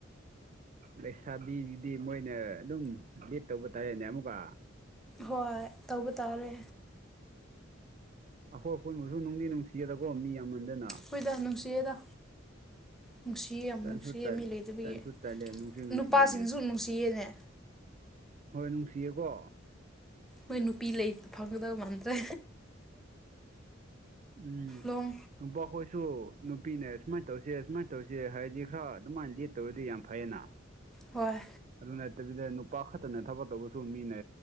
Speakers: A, on the right (about 40°); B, in the centre.
A: ꯂꯩꯁꯥꯕꯤꯗꯨꯗꯤ ꯃꯣꯏꯅ ꯑꯗꯨꯝ ꯂꯤꯦꯞ ꯇꯧꯕ ꯇꯥꯔꯦꯅꯦ ꯑꯃꯨꯛꯀ
B: ꯍꯣꯏ ꯇꯧꯕ ꯇꯥꯔꯦ
A: ꯑꯩꯈꯣꯏ ꯑꯄꯨꯟꯕꯁꯨ ꯅꯨꯡꯗꯤ ꯅꯨꯡꯁꯤꯒꯗꯀꯣ ꯃꯤ ꯑꯃꯟꯗꯅ
B: ꯑꯩꯈꯣꯏꯗ ꯅꯨꯡꯁꯤꯦꯗ ꯅꯨꯡꯁꯤꯌꯦ ꯌꯥꯝ
A: ꯇꯟꯁꯨ
B: ꯅꯨꯡꯁꯤꯌꯦ ꯃꯤ ꯂꯩ ꯑꯗꯨꯒꯤ
A: ꯇꯟꯁꯨ ꯇꯜꯂꯦ ꯅꯨꯡꯁꯨ ꯅꯨꯡꯁꯤꯌꯦꯅꯦ
B: ꯅꯨꯄꯥꯁꯤꯡꯁꯨ ꯅꯨꯡꯁꯤꯌꯦꯅꯦ
A: ꯍꯣꯏ ꯅꯨꯡꯁꯤꯌꯦꯀꯣ
B: ꯃꯣꯏ ꯅꯨꯄꯤ ꯂꯩ ꯐꯪꯒꯗꯕ ꯃꯥꯟꯗ꯭ꯔꯦ
A: ꯎꯝ
B: ꯂꯣꯡ
A: ꯅꯨꯄꯥꯈꯣꯏꯁꯨ ꯅꯨꯄꯤꯅꯦ ꯁꯨꯃꯥꯏꯅ ꯇꯧꯁꯦ ꯁꯨꯃꯥꯏꯅ ꯇꯧꯁꯦ ꯍꯥꯏꯔꯗꯤ ꯈꯔ ꯑꯗꯨꯃꯥꯏꯅ ꯂꯤꯦꯠ ꯇꯧꯔꯗꯤ ꯌꯥꯝ ꯐꯩꯌꯦꯅ <inaudible>
B: ꯍꯣꯏ
A: ꯑꯗꯨ ꯅꯠꯇꯕꯤꯗ ꯅꯨꯄꯥ ꯈꯛꯇꯅ ꯊꯕꯛ ꯇꯧꯕꯁꯨ ꯃꯤꯅ